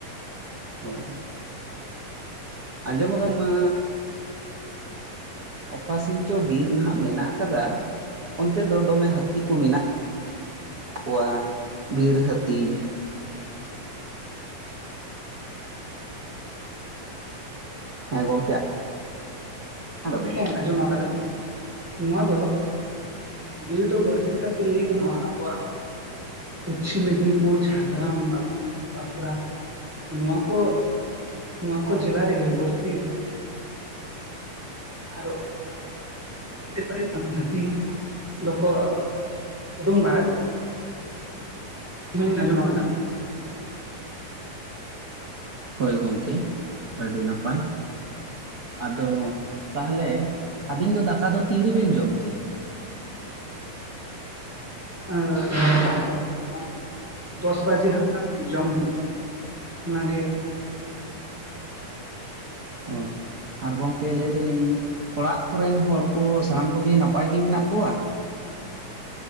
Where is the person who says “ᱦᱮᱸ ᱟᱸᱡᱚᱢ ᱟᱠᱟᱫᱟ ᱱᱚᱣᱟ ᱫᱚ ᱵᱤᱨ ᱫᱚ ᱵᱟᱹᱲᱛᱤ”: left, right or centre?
Centre